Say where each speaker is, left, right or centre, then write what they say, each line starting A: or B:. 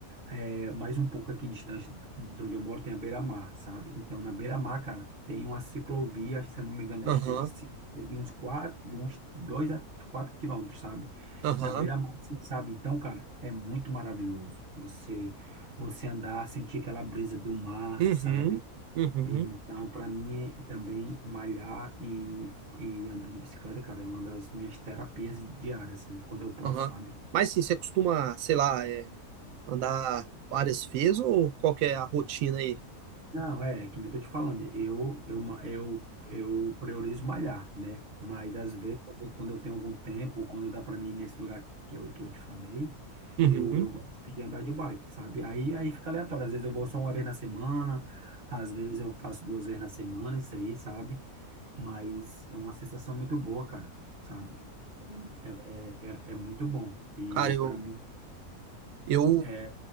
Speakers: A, on the right; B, on the right.
A: é, mais um pouco aqui distante de onde eu moro tem a Beira-Mar, sabe? Então, na Beira-Mar, cara, tem uma ciclovia, se eu não me engano,
B: aham,
A: acho que é de, ci- de uns quatro, de uns dois a quatro quilômetros, sabe?
B: aham,
A: Na Beira-Mar, assim, sabe? Então, cara, é muito maravilhoso você você andar, sentir aquela brisa do mar,
B: uhum,
A: sabe?
B: uhum,
A: Então, para mim, é também malhar e, e andar de bicicleta, cara, é uma das minhas terapias diárias, assim, quando eu posso,
B: aham.
A: sabe?
B: Mas sim, você costuma, sei lá, é, andar várias vezes ou qual que é a rotina aí?
A: Não, é, é que nem eu tô te falando, eu, eu, ma- eu, eu priorizo malhar, né? Mas às vezes, quando eu, quando eu tenho algum tempo, ou quando dá para mim ir nesse lugar que eu, que eu te falei,
B: Uhum.
A: eu, eu gosto de andar de bike, sabe? Aí, aí fica aleatório, às vezes eu vou só uma vez na semana, às vezes eu faço duas vezes na semana, isso aí, sabe? Mas é uma sensação muito boa, cara, sabe? É, é, é, é é muito bom. E
B: Cara, eu,
A: para mim,
B: eu,
A: é,